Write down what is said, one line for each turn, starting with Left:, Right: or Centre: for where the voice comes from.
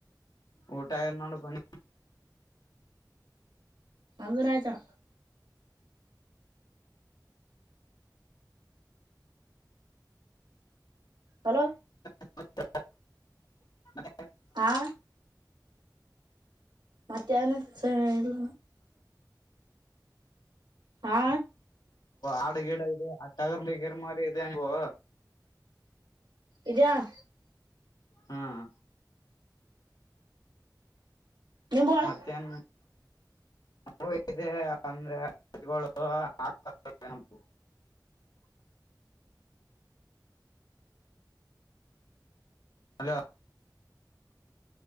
Left: ಊಟಾಯ ನಡು ಪನ
Right: ಅಂದನ ಆಯ್ತಾ ಹಲೋ
Left: ಹ <unintelligible>
Right: ಹಾ ಮತ್ತೆ ನ ಸಲ್ಲ ಹಾ
Left: ಆಡು ಗೇಡ ಇದೆ ತಗರ್ ಮ ಗರ್ ಮಾರಿ ಇ ಅಂಗೋ
Right: ಇದೆ ಅಣ್ಣ
Left: ಹ್ಮ್
Right: ನಿಂಬು ಅಣ್ಣ
Left: ಮತ್ತೇನ್ ಮ ಇದೆ ಅಂದ್ರೆ <unintelligible> hello